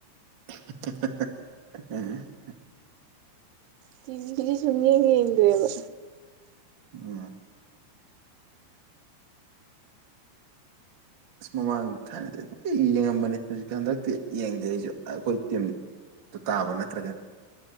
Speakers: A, on the right; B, on the right.
A: <unintelligible>
B: ꯇꯤꯕꯤꯗꯤ ꯆꯨꯛꯌ‌ꯦꯡ ꯌꯦꯡꯗ꯭ꯔ‌ꯦꯕ
A: ꯎꯝ ꯑꯁ ꯃꯃꯥꯡ ꯊꯥꯅꯗ ꯌꯦꯡꯉꯝꯕꯅꯦ ꯍꯧꯖꯤꯛ ꯍꯟꯗꯛꯇꯤ ꯌꯦꯡꯗꯦ ꯑꯩꯁꯨ ꯑꯩꯈꯣꯏ ꯇꯤꯝ ꯑꯗꯨ ꯇꯥꯕ ꯅꯠꯇ꯭ꯔꯒꯗꯤ